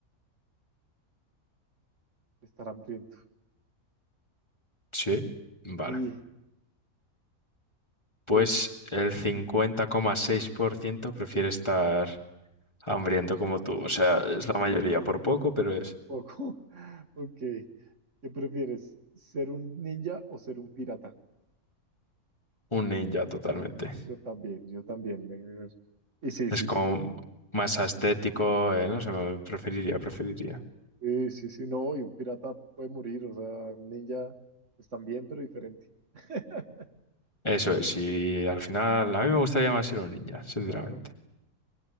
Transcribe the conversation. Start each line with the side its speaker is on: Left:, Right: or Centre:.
Right: estar hambriento.
Left: Sí, vale.
Right: Y,
Left: Pues
Right: y-
Left: el cincuenta coma seis por ciento prefiere estar hambriento como tú. O sea, es la mayoría por poco, pero es
Right: un poco. <laughs> Ok, ¿qué prefieres? ¿Ser un ninja o ser un pirata?
Left: un ninja totalmente.
Right: Yo también, yo también. ven, ven, ven. Y sí,
Left: Es
Right: sí,
Left: como
Right: sí,
Left: más estético, eh, no sé, me- preferiría, preferiría.
Right: Sí, sí, sí, no, y un pirata puede morir, o sea, un ninja, pues también, pero diferente. <laughs>
Left: Eso es, y al final a mí me gustaría más ser un ninja, sinceramente.
Right: Claro.